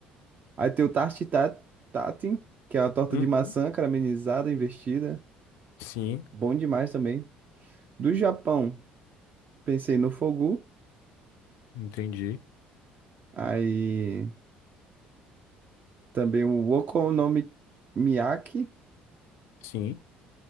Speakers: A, on the right (about 40°); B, on the left (about 75°).
A: Aí tem o tarte ta- tatin, que é uma torta
B: Uhum.
A: de maçã caramelizada, investida.
B: Sim,
A: Bom demais também. Do Japão, pensei no fogu.
B: entendi.
A: Aí também o okonomiyaki,
B: Sim.